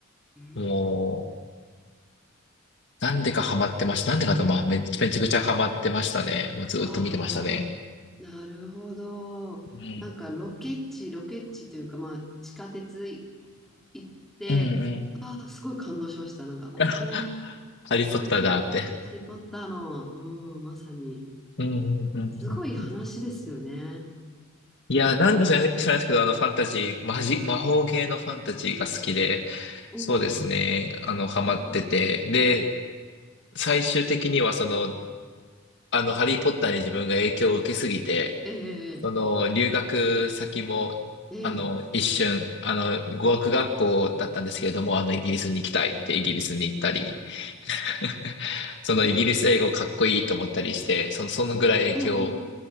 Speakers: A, in the centre; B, on the left (about 60°).
A: うー
B: もう、
A: ん。
B: なんでかハマってました。なんでかと、まあ、めめちゃくちゃハマってましたね。もうずっと見てましたね。
A: ああ、なるほど。
B: うん。
A: なんかロケ地、ロケ地というか、まあ、地下鉄い行って、
B: うんうん。
A: ああ、すごい感動しました。なんか、ここ、
B: <laughs> あハリーポッターだって。
A: このハリー・ポッターの、うん、まさに。
B: うんうんうんうんうん。
A: すごい話ですよね。
B: いや、なんか知ら知らないですけど、あの、ファンタジー、マジ、魔法系のファンタジーが好きで、
A: おおああ、
B: そうですね、あの、ハマってて、で、最終的にはその、あの、ハリーポッターに自分が影響を受けすぎて、
A: ええ
B: その留学先も、
A: ええ
B: あの、一瞬、あの、語学学校だったんですけれども、あの、イギリスに行きたいってイギリスに行ったり、<laughs> そのイギリス英語かっこいいと思ったりして、
A: ええ
B: その、そのぐらい影響を
A: いや、うん。